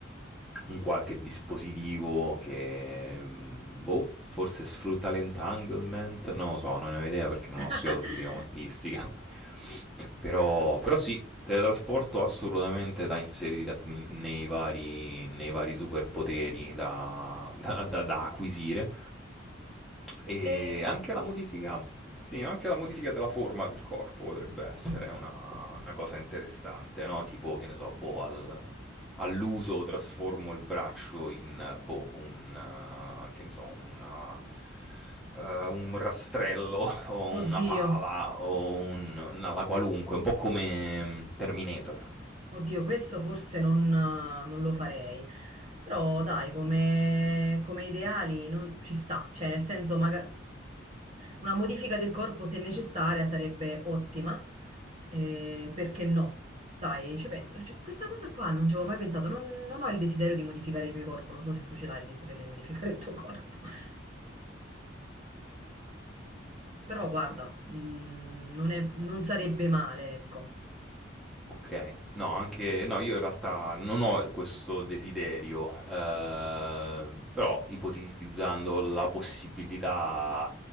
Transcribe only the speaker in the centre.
un qualche dispositivo che, mm, boh, forse sfrutta l'entanglement, non lo so, non ne ho idea perché non
ho studiato fisica quantistica, <laughs> però, però sì, teletrasporto assolutamente da inserire at- nei vari, nei vari superpoteri da, da- da- da acquisire. E
anche la modifica, sì, anche la modifica della forma del corpo potrebbe essere una, una cosa interessante, no? Tipo, che ne so, boh, al all'uso trasformo il braccio in, boh, un, eh, che ne so, una, eh, un rastrello <laughs> o una
pala o un, una la qualunque, un po' come mm, Terminator.
Okay. No, anche no, io in realtà non ho questo desiderio, ehm, però ipotizzando la possibilità,